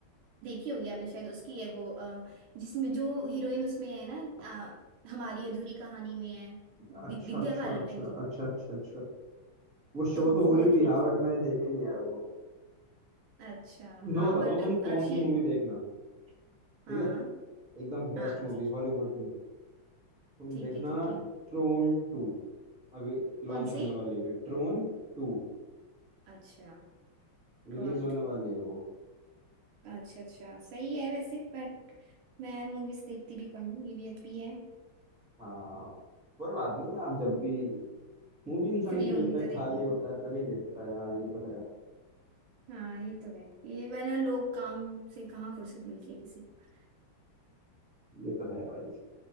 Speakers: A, on the right; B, in the centre.
A: देखी होगी आपने शायद उसकी है वो अ, जिसमें जो हीरोइन उसमें है ना अ, हमारी अधूरी कहानी में है वि-
B: अच्छा
A: विद्या
B: अच्छा
A: बालन
B: अच्छा
A: आई थिंक
B: अच्छा अच्छा अच्छा वो शो
A: तो
B: तो हो
A: वो
B: रही थी
A: थी
B: हाँ
A: उसमें
B: बट मैंने देखी नहीं यार वो
A: अच्छा
B: मैं
A: हाँ
B: बताता
A: बट
B: हूँ तुम
A: अच्छी
B: कौन सी
A: है
B: मूवी
A: वो मूवी
B: देखना
A: हाँ
B: ठीक है एकदम
A: हाँ
B: बेस्ट मूवी
A: ठीक है
B: हॉलीवुड की तुम
A: ठीक
B: देखना
A: है ठीक है
B: ट्रोन टू अभी लॉन्च
A: कौन
B: होने
A: सी
B: वाली है ट्रोन टू
A: अच्छा
B: रिलीज
A: टोरंटो
B: होने वाली है वो
A: अच्छा अच्छा सही है वैसे बट मैं मूवीज देखती भी कम हूँ ये भी अच्छी है
B: हाँ कोई बात नहीं आप जब भी मूवी इंसान
A: फ्री
B: क्यों
A: होंगी
B: देखता है
A: तो
B: खाली
A: देखूंगी
B: होता है तभी देखता है हाँ ये तो है
A: हाँ ये तो है ये वरना लोग काम से कहाँ फुर्सत मिलती है किसी को
B: ये तो है भाई